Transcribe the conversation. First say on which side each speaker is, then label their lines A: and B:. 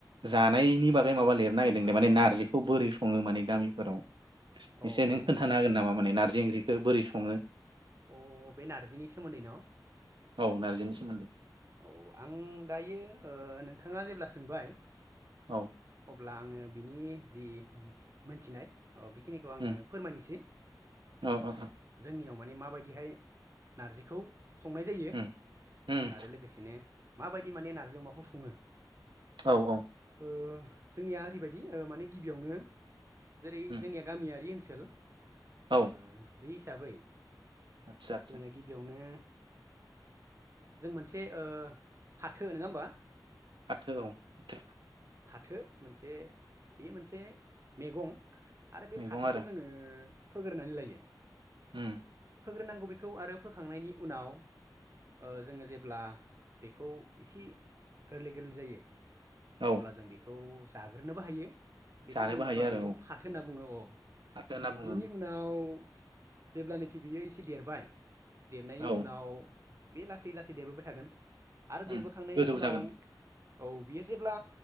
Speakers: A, on the right (about 85°); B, on the right (about 40°).
A: जानायनि बागै माबा लिरनो नागिरदोंलै माने नारजिखौ बोरै सङो माने गामिफोराव
B: औ
A: एसे नों
B: औ
A: खोन्थानो हागोन नामा माने नारजि ओंख्रिखौ बोरै स ङो
B: अह बे नारजिनि सोमोन्दै न'
A: औ नारजिनि सोमोन्दै
B: औ आं दायो ओ नोंथाङा जेब्ला सोंबाय
A: औ
B: अब्ला आङो बिनि जि हु मोनथिनाय अ बि खिनिखौ आङो
A: उम
B: फोरमायनोसै
A: औ
B: ओह
A: औ
B: जोंनियाव माने माबायदिहाय नारजिखौ संनाय जायो
A: उम उम
B: आरो लोगोसेनो माबाय दि माने नारजि अमाखौ सङो
A: औ औ
B: हो जोंनिया ओरैबायदि माने गिबियावनो जेरै
A: उम
B: जोंनिया गामियारि ओनसो हेल उम
A: औ
B: बे हिसाबै जोंनिया
A: आदसा आदसा
B: गिबियावनो जों मोनसे ओ फाथो नङा होमबा
A: फाथो औ फाथो
B: थो मोनसे बेयो मोनसे मेगं आरो बे
A: मैगं
B: फाथोखौ
A: आरो
B: जोङो फोगोरनानै लायो
A: उम
B: फोग्रोनांगौ बेखौ आरो फोखांनायनि उनाव ओ जोङो जेब्ला बेखौ इसि गोरलै गोरलै जायो अब्ला
A: औ
B: जों बेखौ जाग्रोनोबो हायो । बेखौ
A: जानोबो
B: जोङो
A: हायो
B: अब्लाना
A: आरो
B: बेखौ
A: औ
B: फाथो होनना बुङो अ ।
A: फाथो होनना बुङो
B: बिनि उनाव जेब्लानिखि बियो एसे देरबाय देरनायनि
A: औ
B: उनाव बे लासै लासै देरबोबाय थागोन । आरो
A: उम
B: देरबोखांनायनि
A: गोजौ
B: उनाव
A: जागोन
B: औ बियो जेब्ला